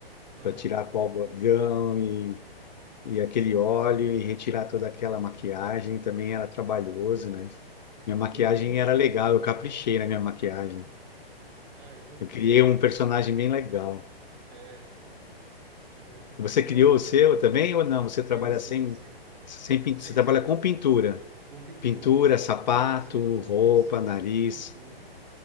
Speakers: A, on the right; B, on the left.
A: Aham.
B: Para tirar com algodão e, e aquele óleo e retirar toda aquela maquiagem também era trabalhoso, né? Minha maquiagem
A: Eu nunca... es-
B: era legal,
A: Aham.
B: eu caprichei na minha maquiagem.
A: Ah, eu...
B: Eu criei
A: eu...
B: um personagem bem legal.
A: É, ah, nossa. É,
B: Você
A: não,
B: criou o seu também ou não? Você trabalha
A: sim, sim,
B: sem,
A: sim.
B: sem pin-
A: Sim,
B: você trabalha
A: sim.
B: com pintura.
A: Uma pintura...
B: Pintura, sapato,
A: Inclusive, eu
B: roupa,
A: fazia
B: nariz.
A: pintura